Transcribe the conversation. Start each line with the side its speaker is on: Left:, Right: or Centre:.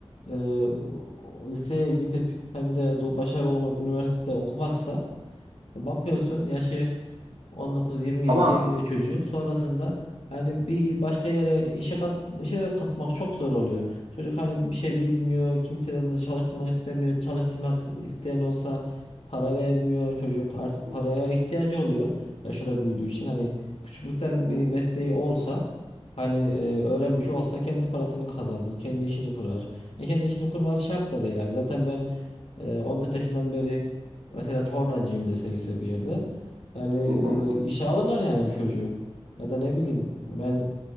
Left: e, o- liseye gidip hem de do- başarılı olmak üniversitede okumazsa Bakıyorsun
Right: Hı hı.
Left: yaşı 19-20'ye
Right: Ama
Left: geliyor çocuğun. Sonrasında yani bir başka yere işe kat, işe de katmak çok zor oluyor. Çocuk hani bir şey bilmiyor. Kimse de onu çalıştırmak istemiyor. Çalıştırmak isteyen olsa para vermiyor. Çocuk artık
Right: Hı
Left: paraya
Right: hı.
Left: ihtiyacı oluyor. Yaşı da büyüdüğü için hani küçüklükten
Right: Hı hı,
Left: bir mesleği olsa hani e, öğrenmiş olsa kendi parasını kazanır. Kendi işini kurar. Ya kendi işini kurması şart da değil. hani zaten ben e, 14 yaşından beri Mesela tornacıyım dese gitse bir yerde. Yani
Right: hı hı.
Left: e, işe alırlar yani bu çocuğu. Ya da ne bileyim ben